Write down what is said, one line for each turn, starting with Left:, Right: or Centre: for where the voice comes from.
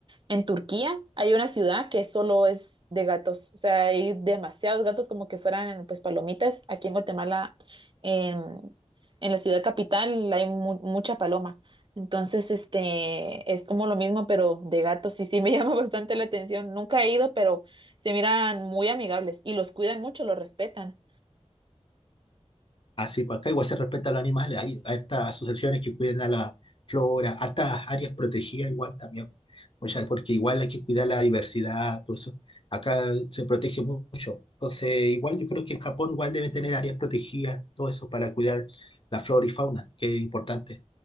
Right: En Turquía hay una ciudad que solo es de gatos, o sea, hay demasiados gatos como que fueran pues palomitas. Aquí en Guatemala, en, en la ciudad capital, hay mu- mucha paloma. Entonces, este, es como lo mismo, pero de gatos. Y sí me <laughs> llama bastante la atención. Nunca he ido, pero se miran muy amigables y los cuidan mucho, los respetan.
Left: Así, pues acá igual se respeta a los animales, hay estas asociaciones que cuidan a la flora, hartas áreas protegidas igual también, o sea, porque igual hay que cuidar la diversidad, todo eso. Acá se protege mu- mucho. Entonces, igual yo creo que en Japón igual deben tener áreas protegidas, todo eso para cuidar la flora y fauna, que es importante.